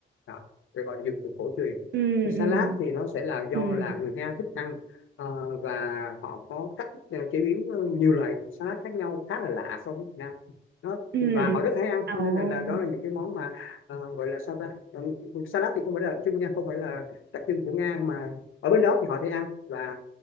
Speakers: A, on the left; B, on the right.
A: đó, để gọi là dùng từ cổ truyền
B: ừ,
A: salad
B: ừ,
A: thì nó sẽ là do
B: ừ,
A: là người Nga thích ăn ờ, và họ có cách ờ, chế biến ờ, nhiều loại salad khác nhau khá là lạ so với Việt Nam Nó
B: ừ.
A: và họ rất hay ăn
B: Ồ,
A: cho nên là, là đó là những cái món mà ờ, gọi là sao ta Ừm, salad thì không phải là đặc trưng nha không phải là đặc trưng của Nga mà ở bên đó thì họ thấy ăn và